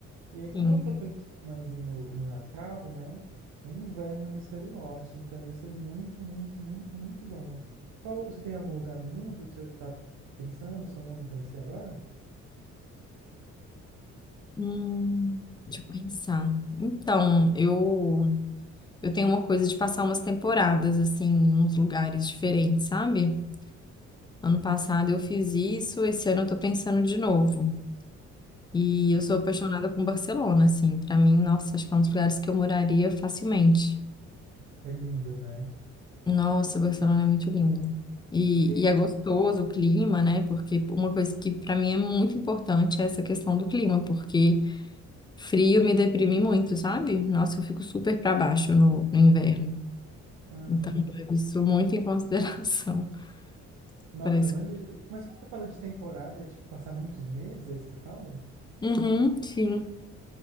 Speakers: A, on the right (about 85°); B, on the left (about 15°).
A: E aí, como
B: sim.
A: eu tô pensando mais em no, no Natal, né? É inverno no hemisfério norte, então ia ser muito, muito, muito, muito bom. Qual, você tem algum lugar do mundo que você tá pensando, sonhando em conhecer agora?
B: Hum, deixa eu pensar. Então, eu, eu tenho uma coisa de passar umas temporadas, assim, em uns lugares diferentes, sabe? Ano passado eu fiz isso, esse ano eu tô pensando de novo. E eu sou
A: Ah,
B: apaixonada com Barcelona, assim. Pra mim, nossa, acho que é um dos lugares que eu moraria facilmente.
A: é lindo, né?
B: Nossa, Barcelona é muito lindo. E,
A: E aí,
B: e
A: você,
B: é gostoso
A: quan- quan-
B: o clima, né? Porque uma coisa que pra mim é muito importante é essa questão do clima, porque frio me deprime muito, sabe? Nossa, eu fico super pra baixo no, no inverno.
A: Aham.
B: Então, eu levo isso muito em consideração <laughs>
A: Nossa,
B: para isso.
A: eu imagino. Mas quando você fala de temporada, é tipo passar muitos meses, é isso que você fala?
B: Uhum, sim.